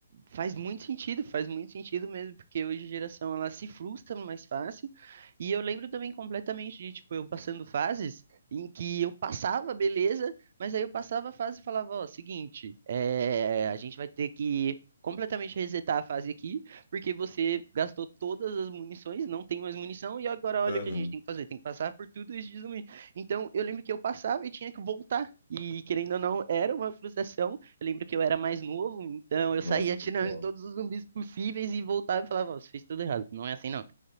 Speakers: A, on the right (about 55°); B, on the left (about 50°).
A: Faz muito sentido, faz muito sentido mesmo, porque hoje a geração ela se frustra mais fácil. E eu lembro também completamente de, tipo, eu passando fases em que eu passava, beleza, mas aí eu passava a fase e falava, ó, seguinte, é, a gente vai ter que completamente resetar a fase aqui, porque você gastou todas as munições, não tem mais munição, e agora olha
B: Aham.
A: o que a gente tem que fazer, tem que passar por tudo isso de zumbi. Então eu lembro que eu passava e tinha que voltar. E querendo ou não, era uma frustração eu lembro que eu era mais novo, então eu saía
B: Nossa,
A: atirando
B: total.
A: em todos os zumbis possíveis e voltava e falava, ó, você fez tudo errado. Não é assim, não.